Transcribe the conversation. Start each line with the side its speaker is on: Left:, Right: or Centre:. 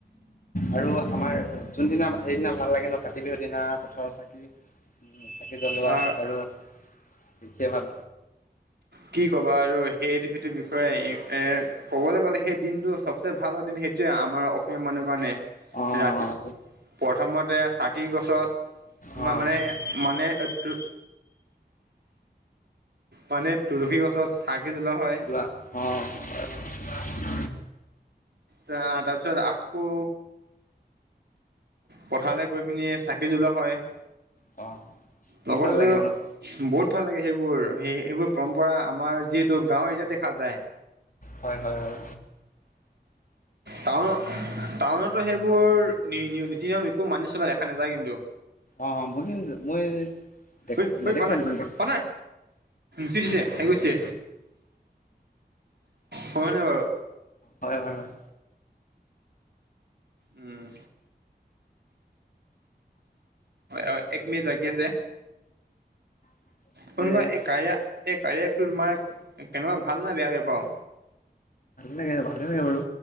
Left: আৰু আমাৰ যোনদিনা সেইদিনা ভাল লাগে ন' কাতি বিহুৰ দিনা পথাৰৰ চাকি। উম, চাকি জ্বলোৱা
Right: অ'
Left: আৰু দেখিয়ে ভাল
Right: কি ক'বা আৰু সেইটো সেইটো বিষয়ে এ ক'বলৈ গ'লে সেই দিনটো চবচে ভাল দিন সেইটোৱে আমাৰ অসমীয়া মানুহৰ কাৰণে।
Left: অ',
Right: ৰাতি প্ৰথমতে চাকি গছত
Left: অ',
Right: বা মানে মানে, তো-তো মানে তুলসী গছত
Left: <inaudible>
Right: চাকি জ্বলোৱা হয় তাৰ পিছত আকৌ পথাৰলে গৈ পিনি চাকি জ্বলোৱা হয়।
Left: অ'। বহুত
Right: লগতে
Left: ভাল লাগে ন'
Right: বহুত ভাল লাগে সেইবোৰ সেই সেইবোৰ পৰম্পৰা আমাৰ যিহেতু গাঁৱৰ এৰিয়াত দেখা যায়।
Left: হয়, হয়, হয়।
Right: টাউন, টাউনতো সেইবোৰ নি-নীতি নিয়ম একো মানি চলা দেখা নাযায় কিন্তু।
Left: অ', মই, মই দেখা
Right: ঐ
Left: নেদেখো
Right: ঐ প নাই,
Left: তেনেকে।
Right: প নাই ঠিছে হে কৰিছে। হয়, নে বাৰু!
Left: হয়, হয়, হয়।
Right: উম। <unintelligible> একমিনিট বাকী আছে।
Left: <inaudible> <unintelligible>
Right: কোনোবা
Left: ভাল
Right: এই কাৰিয়া এই কাৰিয়া এপটো তোমাৰ কেনেকুৱা ভাল নে বেয়াকে বাৰু
Left: লাগে, ভালে লাগে বাৰু